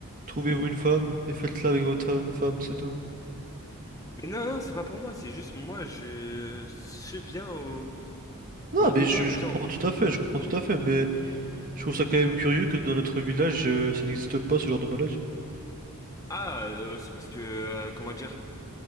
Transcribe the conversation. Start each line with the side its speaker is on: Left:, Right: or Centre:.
Right: Trouvez-vous une femme et faites-la avec votre femme, c'est tout.
Left: Mais non, non, c'est pas pour moi, c'est juste moi, je suis bien aux,
Right: Non,
Left: aux besoins
Right: mais je,
Left: des
Right: je
Left: gens.
Right: comprends tout à fait, je comprends tout à fait, mais Je trouve ça quand même curieux que dans notre village, euh, ça n'existe pas ce genre de maladie.
Left: Ah, euh, c'est parce que, euh, comment dire,